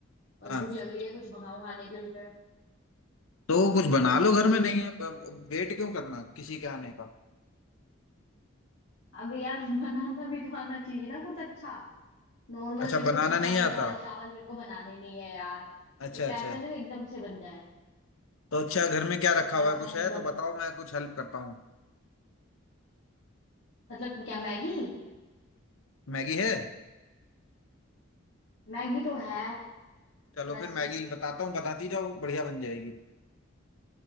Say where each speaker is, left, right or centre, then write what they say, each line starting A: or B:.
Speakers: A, on the left; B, on the left.
A: और
B: हाँ
A: भूख लग रही है कुछ मंगाऊं खाने के लिए
B: तो कुछ
A: ये
B: बना
A: रुक
B: लो
A: ही नहीं
B: घर
A: रही
B: में नहीं
A: है
B: है वेट क्यों करना किसी के आने का
A: अब यार <laughs> बनाना भी तो आना चाहिए ना कुछ अच्छा नॉर्मल
B: अच्छा
A: मेरे को
B: बनाना
A: कुछ ऐसे
B: नहीं आता
A: दाल चावल मेरे को बनाने नहीं है यार
B: अच्छा
A: कुछ
B: अच्छा
A: ऐसा जो एकदम से बन जाए
B: तो अच्छा घर में क्या रखा
A: कुछ ऐसा
B: हुआ है कुछ
A: मतलब
B: है तो बताओ मैं कुछ हेल्प करता हूँ
A: मतलब क्या मैगी
B: मैगी है
A: मैगी तो है
B: चलो
A: वैसे
B: फिर मैगी बताता हूँ बताती जाओ बढ़िया बन जाएगी